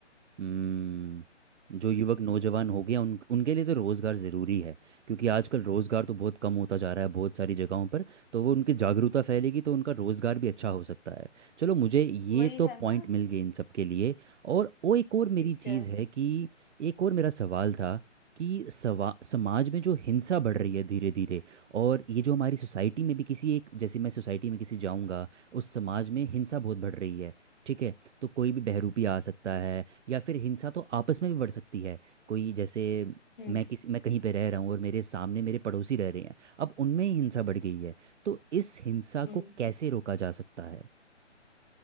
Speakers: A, on the right (about 75°); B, on the left (about 45°).
A: हम्म जो युवक नौजवान हो गया उन उनके लिए तो रोज़गार ज़रूरी है क्योंकि आजकल रोज़गार तो बहुत कम होता जा रहा है बहुत सारी जगहों पर तो वो उनकी जागरूकता फैलेगी तो उनका रोज़गार भी अच्छा हो सकता है चलो मुझे ये
B: वही
A: तो
B: है
A: पॉइंट
B: ना
A: मिल गए इन सब के लिए और वो एक और
B: ठीक
A: मेरी
B: है
A: चीज़ है कि एक और मेरा सवाल था कि सवा समाज में जो हिंसा बढ़ रही है धीरे धीरे और ये जो हमारी सोसाइटी में भी किसी एक जैसे मैं सोसाइटी में किसी जाऊंगा उस समाज में हिंसा बहुत बढ़ रही है ठीक है तो कोई भी बहरूपी आ सकता है या फिर हिंसा तो आपस में भी बढ़ सकती है कोई जैसे
B: हम्म
A: मैं किसी मैं कहीं पे रह रहा हूँ और मेरे सामने मेरे पड़ोसी रह रहे हैं अब उनमें ही हिंसा बढ़ गई है तो इस हिंसा को
B: हम्म।
A: कैसे रोका जा सकता है